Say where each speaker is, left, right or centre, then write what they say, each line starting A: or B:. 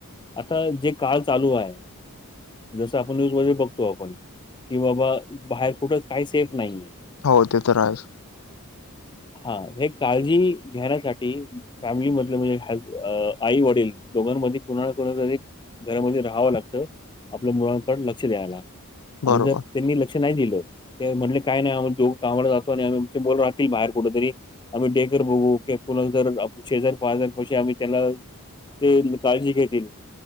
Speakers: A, on the left; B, on the left.
A: आता जे काळ चालू आहे. जसं आपण न्यूज मधे बघतो आपण की, बाबा बाहेर कुठे काही सेफ नाहीये.
B: हो, ते तर आहेच.
A: हा हे काळजी घेण्यासाठी फॅमिली मधले म्हणजे, आई वडील दोघांमध्ये कुणाला कुणा एक घरामध्ये राहावं लागतं, आपल्या मुलांकड लक्ष द्यायला आणि
B: बरोबर.
A: जर त्यांनी लक्ष नाही दिलं, त्यांनी म्हणल काय नाही आमच दोघ कामाला जातो आणि आम्ही आम राहतील बाहेर कुठ तरी आम्ही डेकर बघू ते पोरांना जर शेजार पाजार पशी आम्ही त्याला ते काळजी घेतील.